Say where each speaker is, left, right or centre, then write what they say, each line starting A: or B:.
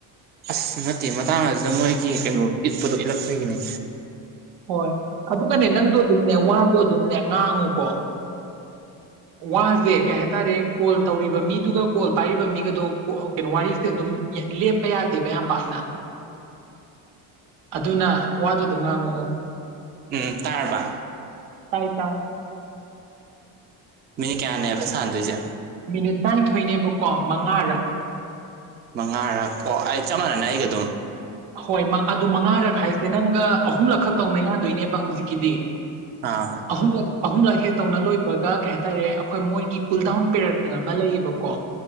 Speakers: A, on the right (about 25°); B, on the right (about 80°).
A: ꯑꯁ ꯅꯠꯇꯦ ꯃꯇꯥꯡ ꯑꯁꯤ ꯑꯁꯤꯗ ꯃꯣꯏꯒꯤ ꯀꯩꯅꯣ ꯏꯠꯄꯗꯣ ꯏꯠꯂꯛꯄꯒꯤꯅꯤ
B: ꯍꯣꯏ ꯑꯗꯨꯒꯅꯦ ꯅꯪꯗꯣ ꯑꯗꯨꯝꯅꯦ ꯋꯥꯗꯣ ꯑꯗꯨꯝꯅꯦ ꯉꯥꯡꯉꯨꯀꯣ ꯋꯥꯁꯦ ꯀꯩ ꯍꯥꯏꯇꯥꯔꯦ ꯀꯣꯜ ꯇꯧꯔꯤꯕ ꯃꯤꯗꯨꯒ ꯀꯣꯜ ꯄꯥꯏꯔꯤꯕ ꯃꯤꯒꯗꯣ ꯀꯩꯅꯣ ꯋꯥꯔꯤꯁꯦ ꯑꯗꯨꯝ ꯂꯦꯞꯄ ꯌꯥꯗꯦꯕ ꯌꯥꯝ ꯄꯥꯛꯅ
A: <inaudible>
B: ꯑꯗꯨꯅ ꯋꯥꯗꯨ ꯑꯗꯨꯝ ꯉꯥꯡꯉꯛꯑꯣ
A: ꯎꯝ ꯇꯥꯔꯕ
B: ꯇꯥꯏ ꯇꯥꯏ
A: ꯃꯤꯅꯤ ꯀꯌꯥꯅꯦꯕ ꯁꯥꯟꯅꯗꯣꯏꯁꯦ
B: ꯃꯤꯅꯤꯠ ꯇꯔꯥꯅꯤꯊꯣꯏꯅꯦꯕꯀꯣ ꯃꯉꯥꯔ
A: ꯃꯉꯥꯔꯛ ꯑꯣ ꯑꯩ ꯆꯞ ꯃꯥꯟꯅꯅ ꯑꯩꯒ ꯑꯗꯨꯝ
B: ꯍꯣꯏ ꯑꯗꯨ ꯃꯉꯥꯔꯛ ꯍꯥꯏꯁꯦ ꯅꯪꯒ ꯑꯍꯨꯝꯂꯛ ꯈꯛ ꯇꯧꯅ ꯌꯥꯗꯣꯏꯅꯦꯕ ꯍꯧꯖꯤꯛꯀꯤꯗꯤ
A: ꯑꯥ
B: ꯑꯍꯨꯝꯂꯛ ꯑꯍꯨꯝꯂꯛ ꯍꯦꯛ ꯇꯧꯅ ꯂꯣꯏꯕ ꯀꯩ ꯍꯥꯏꯇꯥꯔꯦ ꯑꯩꯈꯣꯏ ꯃꯣꯏꯒꯤ ꯀꯨꯜ ꯗꯥꯎꯟ ꯄꯦꯔꯛꯅ ꯑꯃ ꯂꯩꯌꯦꯕꯀꯣ